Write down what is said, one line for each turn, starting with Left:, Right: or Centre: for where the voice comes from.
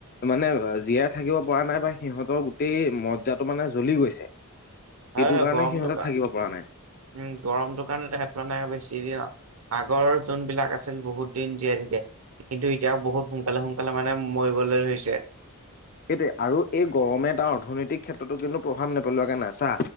Left: মানে জীয়াই থাকিব পৰা নাই বা সিহঁতৰ গোটেই মজ্জাটো মানে জ্বলি গৈছে। সেইটো
Right: হয়-হয়।
Left: কাৰণে
Right: গৰমটো
Left: সিহঁতে
Right: কা,
Left: থাকিব পৰা নাই।
Right: উম, গৰমটো কাৰণে তেহেত মানে বেছ <unintelligible> আগৰ যোনবিলাক আছিল বহুত দিন জীয়াই থাকে, কিন্তু এতিয়াও বহুত সোনকালে সোন কালে মানে মৰিবলে ধৰিছে।
Left: সেইটোৱে আৰু এই গৰমে তাৰ অৰ্থনৈতিক ক্ষেত্ৰতো কিন্তু প্ৰভাৱ নেপেলোৱাকে নাই, চা